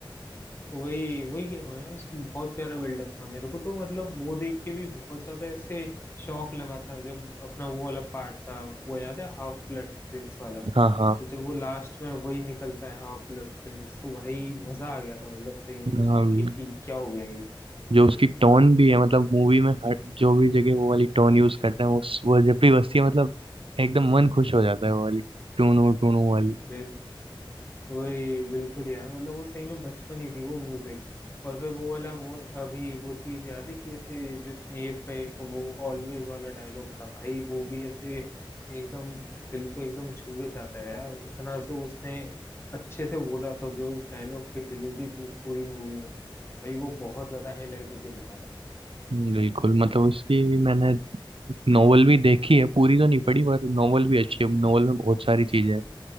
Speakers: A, on the left (about 25°); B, on the right (about 80°).
A: वही वही कह रहा हूँ यार उसका बहुत प्यारा बिल्डअप था मेरे को तो मतलब वो देख के भी बहुत ज्यादा ऐसे शौक लगा था जब अपना वो वाला पार्ट था वो याद है हाफ ब्लड प्रिंस वाला
B: हाँ हाँ
A: तो जब वो लास्ट में वही निकलता है हाफ ब्लड प्रिंस तो भाई मजा आ गया था मतलब सही में वो
B: हाँ
A: सुन के कि क्या हो गया
B: जो उसकी टोन भी है मतलब मूवी में हर जो भी जगह वो वाली टोन यूज करते हैं वो वो जब भी बजती है मतलब एकदम मन खुश हो जाता है वो वाली टूनू टूनू वाली
A: ये वही बिल्कुल यार मतलब वो सही में बचपन ही थी वो म्यूजिक और फिर वो वाला वो अभी वो चीज याद है कि ऐसे जो स्नेप का एक वो ऑलवेज वाला डायलॉग था भाई वो भी ऐसे एकदम दिल को एकदम छू के जाता है यार इतना जो उसने अच्छे से बोला था जो उस डायलॉग की डिलीवरी थी उस पूरी मूवी में भाई वो बहुत ज्यादा हाईलाइट होके दिखा था
B: हम्म, बिल्कुल मतलब उसकी मैंने नोवेल भी देखी है पूरी तो नहीं पढ़ी पर नोवेल भी अच्छी है नोवेल में बहुत सारी चीजें हैं